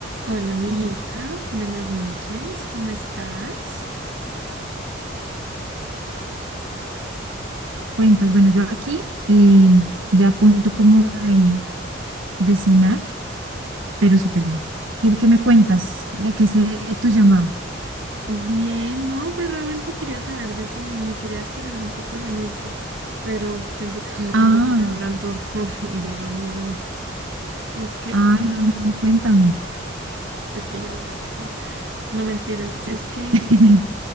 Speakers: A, on the right (about 65°); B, on the right (about 80°).
A: Hola amiguita,
B: o
A: buenas noches, ¿cómo estás?
B: Cuentas, bueno, yo aquí eh, ya punto como de, de cenar, pero súper bien. ¿Qué, qué me cuentas? ¿A qué sé tu llamada?
A: Bien, no, pues realmente quería saber de ti, me quería despejar un poco la mente, pero siento que voy a
B: Ah,
A: terminar hablando <laughs> de lo mismo. Es que,
B: ay, no, no, no, cuéntame.
A: es que ya voy a empezar. No mentiras,
B: Sí,
A: es que
B: <laughs>
A: eh,